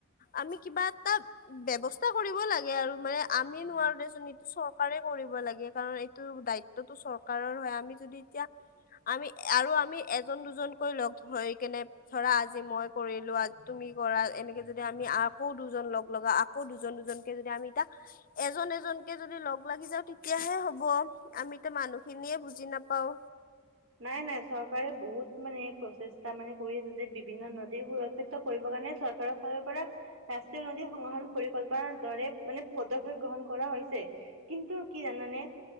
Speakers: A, on the left; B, on the right.
A: আমি কিবা এটা ব্যৱস্থা কৰিব লাগে আৰু মানে আমি নোৱাৰো দেচোন এইটো চৰকাৰে লাগে কাৰণ এইটো দায়িত্বটো চৰকাৰৰ হয় আমি যদি এতিয়া আমি আৰু আমি এজন দুজনকৈ লগ হৈ কেনে ধৰা আজি মই কৰিলো আজি কৰা, এনেকে যদি আমি আকৌ দুজন লগ লগা, আকৌ দুজন দুজনকে যদি আমি এতিয়া এজন এজন যদি লগ লাগি যাও তেতিয়াহে হ'ব আমিতো মানুহ খিনিয়ে বুজি নাপাও।
B: নাই নাই চৰকাৰে বহুত মানে প্ৰচেষ্টা মানে কৰি আছে যে বিভিন্ন নদীৰ সুৰক্ষি কৰিবৰ কাৰণে চৰকাৰৰ ফালৰ পৰা ৰাষ্ট্ৰীয় নদী সংগ্ৰহণ পৰিকল্পনাৰ দৰে মানে পদক্ষেপ গ্ৰহণ ৰুপোণ কৰা হৈছে। কিন্তু কি জানানে